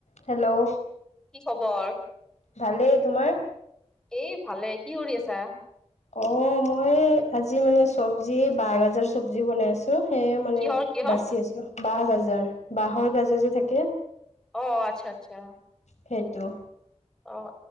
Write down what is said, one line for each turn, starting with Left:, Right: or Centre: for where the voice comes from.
Left: Hello
Centre: কি খবৰ?
Left: ভালেই, তোমাৰ?
Centre: এই ভালেই, কি কৰি আছা?
Left: অ অ অ, মই আজি মানে চব্জি বাহগাজৰ চব্জি বনাই আছো। তোক সেয়ে মানে
Centre: কিহৰ কিহৰ?
Left: বাচি আছো বাহগাজৰ। বাঁহৰ গাজৰ যে থাকে
Centre: অ' আচ্ছা আচ্ছা
Left: সেইটো।
Centre: অ,